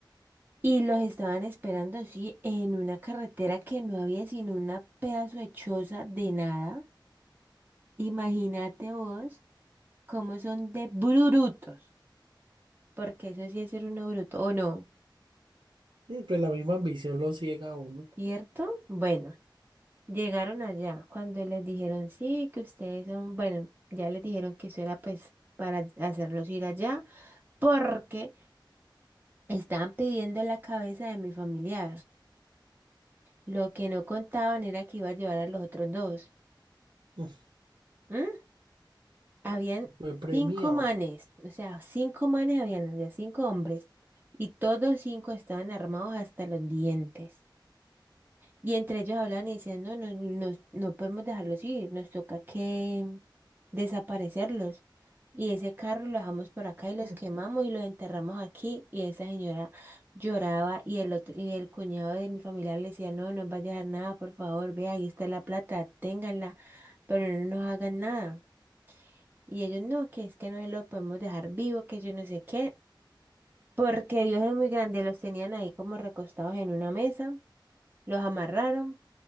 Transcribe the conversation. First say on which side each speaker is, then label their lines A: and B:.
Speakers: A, on the right; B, on the right.
A: y los estaban esperando así en una carretera que no había sino una pedazo de choza de nada. Imagínate vos cómo son de brutos, porque eso sí es ser uno bruto, ¿o no?
B: Mm, Pues la misma ambición lo ciega a uno.
A: ¿Cierto? Bueno. Llegaron allá cuando les dijeron, sí, que ustedes son, bueno, ya les dijeron que eso era pues para hacerlos ir allá, porque estaban pidiendo la cabeza de mi familiar. Lo que no contaban era que iba a llevar a los otros dos.
B: <laughs>
A: ¿Mm? Habían
B: Mm, Fue premiado.
A: cinco manes, o sea, cinco manes habían, había cinco hombres, y todos cinco estaban armados hasta los dientes. Y entre ellos hablan y decían, no, no, no, no podemos dejarlos ir, nos toca que desaparecerlos. Y ese carro lo dejamos por acá y los
B: <laughs>
A: quemamos y los enterramos aquí. Y esa señora lloraba y el otro, y el cuñado de mi familia le decía, no, no vaya a dejar nada, por favor, vea, ahí está la plata, ténganla, pero no nos hagan nada. Y ellos, no, que es que no se lo podemos dejar vivo, que yo no sé qué, porque Dios es muy grande, los tenían ahí como recostados en una mesa, los amarraron.